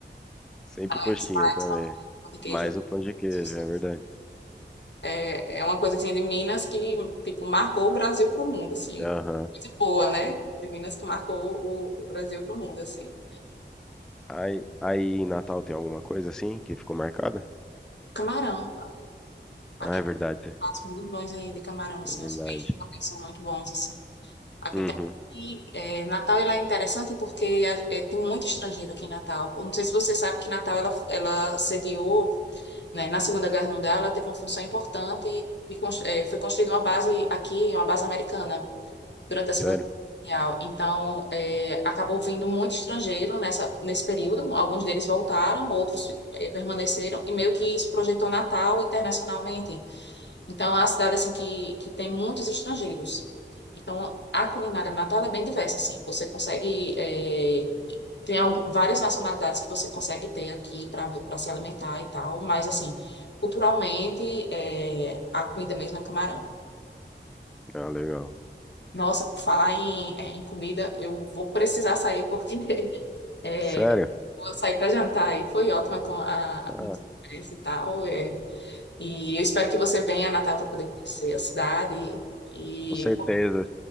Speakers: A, in the centre; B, on the left.
A: Sempre
B: Mas,
A: coxinha
B: mas
A: também.
B: pão de queijo pão de queijo
A: Mais
B: é
A: o pão de queijo,
B: sucesso.
A: é verdade.
B: É- é uma coisa, assim, de Minas que, tipo, marcou o Brasil pro mundo, assim.
A: Aham.
B: Coisa boa, né? De Minas que marcou o, o Brasil pro mundo, assim.
A: Aí, aí em Natal tem alguma coisa assim que ficou marcada?
B: Camarão. aqui
A: Ah, é verdade.
B: pratos muito bons aí de camarão, assim,
A: É verdade.
B: os peixes também são muito bons, assim. Aqui
A: Uhum.
B: tem... E é, Natal ela é interessante porque é, é, tem muito estrangeiro aqui em Natal. Eu Não sei se você sabe que Natal ela, ela sediou, né, na Segunda Guerra Mundial, ela teve uma função importante e, e cons- é, foi construída uma base aqui, uma base americana, durante a
A: Sério?
B: Segunda Guerra Mundial. Então, é, acabou vindo muito estrangeiro nessa, nesse período. Alguns deles voltaram, outros é, permaneceram, e meio que isso projetou Natal internacionalmente. Então, é uma cidade assim que, que tem muitos estrangeiros. Então, a culinária de Natal é bem diversa, assim. Você consegue eh, tem al- várias nacionalidades que você consegue ter aqui para para se alimentar e tal, mas assim, culturalmente eh, a comida mesmo é camarão.
A: Ah, legal.
B: Nossa, por falar em, eh, em comida, eu vou precisar sair porque <laughs> eh,
A: Sério?
B: vou sair para jantar e foi ótima com a
A: Ah,
B: conversa e tal. eh. E eu espero que você venha a Natal para poder conhecer a cidade. E
A: com certeza.